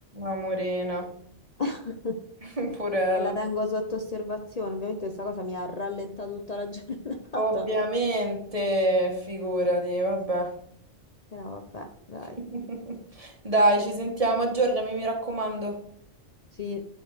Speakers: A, on the right; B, on the left.
A: amorina,
B: Eh. <laughs>
A: <laughs> purella.
B: e la tengo sotto osservazione. Ovviamente questa cosa mi ha rallentato tutta la giornata,
A: Ovviamente, figurati, vabbè.
B: <laughs> però vabbè, dai.
A: <laughs> Dai, ci sentiamo, aggiornami, mi raccomando.
B: Sì,